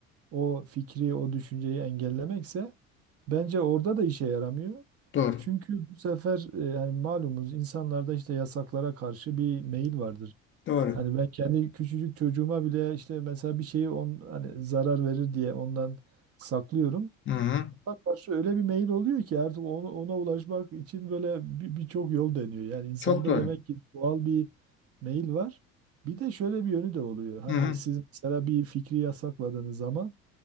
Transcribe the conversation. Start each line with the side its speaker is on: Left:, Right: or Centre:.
Right: o fikri, o düşünceyi engellemekse bence orada da işe yaramıyor.
Left: Doğru.
Right: Çünkü bu sefer e, yani malumunuz insanlarda işte yasaklara karşı bir meyil vardır.
Left: Doğru.
Right: Hani ben kendi küçücük çocuğuma bile işte mesela bir şeyi on, hani zarar verir diye ondan saklıyorum.
Left: Hı hı.
Right: Ona karşı öyle bir meyil oluyor ki artık onu, ona ulaşmak için böyle bir- birçok yol deniyor. Yani insanda
Left: Çok doğru.
Right: demek ki doğal bir meyil var. Bir de şöyle bir yönü de oluyor. Hani
Left: Hı hı.
Right: siz mesela bir fikri yasakladığınız zaman